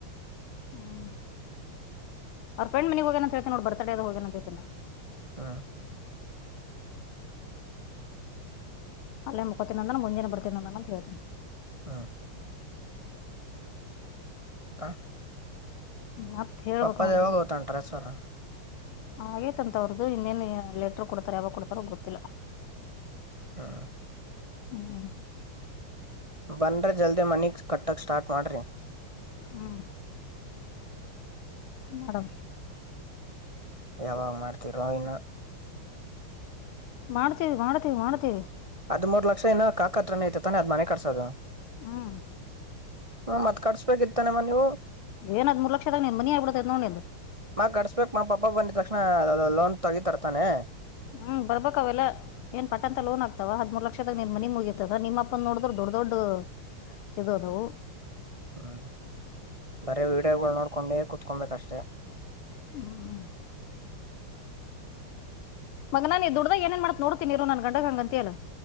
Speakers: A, on the left; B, on the right.
A: ಹ್ಮ್ ಅವ್ರ ಫ್ರೆಂಡ್ ಮನೆಗ್ ಹೋಗೇನ ಅಂತ ಹೇಳ್ತನ್ ನೋಡ್ ಬರ್ತಡದ ಹೋಗೇನ ಅಂತ ಹೇಳ್ತನ
B: ಹಾ
A: ಅಲ್ಲೇ ಮುಕತಿನ ಅಂದ್ರ್ ಮುಂಜೆ ಬರ್ತನ ಅಂತ ಹೇಳ್ತನಿ
B: ಹಾ ಕಾ
A: ಮತ್ ಹೇಳ್ಬೇಕ್
B: ಪಪ್ಪದ್
A: ನೋಡ
B: ಯಾವಾಗ್ ಹೋಗ್ತಾನ್ ಟ್ರಾಫಾರ್
A: ಹಾಗೇತ್ಂತ ಅವ್ರ್ದು ಇನ್ನೇನ್ ಲೆಟರ್ ಕೊಡ್ತಾರ ಯಾವಾಗ ಕೊಡ್ತಾರ ಗೊತ್ತಿಲ್ಲ
B: ಹಾ
A: ಹ್ಮ್
B: ಬಂದ್ರೆ ಜಲ್ದಿ ಮನೆಗೆ ಕಟ್ಟಕ್ಕೆ ಸ್ಟಾರ್ಟ್ ಮಾಡ್ರೀ
A: ಹ್ಮ ಮಡಮ್
B: ಯಾವಾಗ ಮಾಡ್ತಿರೋ ಇನ್ನು
A: ಮಾಡ್ತೀವಿ ಮಾಡ್ತೀವಿ ಮಾಡ್ತೀವಿ
B: ಅದ್ ಮೂರ್ ಲಕ್ಷ ಏನ್ ಕಾಕತ್ರನ ಐತೆತಾನೆ ಅದ್ ಮನೆ ಕರ್ಸಕೆ
A: ಹ್ಮ್
B: ಹು ಮತ್ ಕಟ್ಸ್ಬೇಕಿತಾನಮ್ಮ ನೀವು
A: ಏನದ್ ಮೂರು ಲಕ್ಷದಾಗ್ ನಮ್ ಮನಿ ಆಗ್ಬಿಡತ್ <unintelligible> ನೋಡಿ
B: ಮ ಕಡ್ಸ್ಬೇಕಕ್ ಮಾ ಪಾಪ ಬಂದಿದ ತಕ್ಷಣ ಲೋನ್ ತೆಗಿ ತರ್ ತಾನೇ
A: ಹ್ಮ್ ಬರ್ಬೇಕ ಅವೆಲ್ಲ ಏನ್ ಪಟ್ಟ ಅಂತ ಲೋನ್ ಆಗ್ತಾವ ಹದ್ಮೂರು ಲಕ್ಷದ ನಿನ್ ಮಿ ಮುಗಿತತದ ನಿಮ್ಮಪ್ಪನ ನೋಡಿದ್ರೆ ದೊಡ್ಡ ದೊಡ್ ಇದು ಅದವು
B: ಹ್ಮ್ ಬರೇ ವಿಡಿಯೋಗಳು ನೋಡ್ಕೊಂಡೆ ಕುತ್ಕೊಬೇಕಷ್ಟೇ
A: ಹ್ಮ್ ಮಗನಾ ನೀ ದುಡ್ದ ಏನ್ ಮಾಡತ್ ನೋಡ್ತನಿರು ನನ್ ಗಂಡಗೆ ಹಂಗಂತಿಯಲ್ಲ